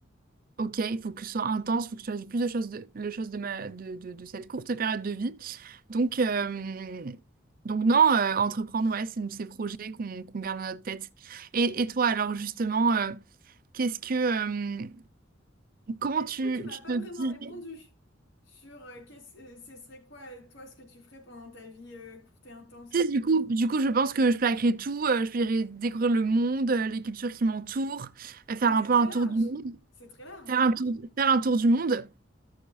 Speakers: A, on the right (about 45°); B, on the left (about 70°).
A: ok, il faut que ce soit intense, il faut que je fasse plus de choses de, le chose de, ma, de, de, de cette courte période de vie. Donc, euh, donc non, euh, entreprendre, ouais, c'est ces projets qu'on qu'on garde dans notre tête. Et, et toi, alors justement, euh, qu'est-ce que... euh, comment
B: Mais
A: tu,
B: du coup, tu m'as
A: tu
B: pas
A: te
B: vraiment
A: diriges
B: répondu sur euh, qu'est-ce, euh, ce serait quoi, euh, toi, ce que tu ferais pendant ta vie euh, courte et intense.
A: Tu Du coup, du coup, je pense que je plaquerai tout, euh, je plairai découvrir le monde, euh, les cultures qui m'entourent, euh, faire
B: Mais c'est
A: un peu
B: très
A: un
B: large,
A: tour du monde,
B: c'est très large.
A: faire un tour, faire un tour du monde.